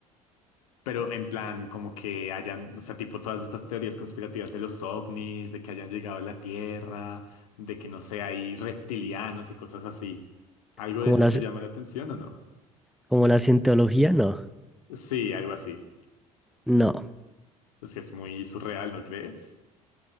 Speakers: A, on the left; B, in the centre.
A: Pero en plan, como que hayan, o sea, tipo todas estas teorías conspirativas de los ovnis, de que hayan llegado a la Tierra, de que no sé, hay reptilianos y cosas así. ¿Algo
B: como
A: de eso
B: la,
A: te
B: ci-
A: llama la atención o no?
B: como la cientología, no.
A: Sí, algo así.
B: No.
A: Es que es muy surreal, ¿no crees?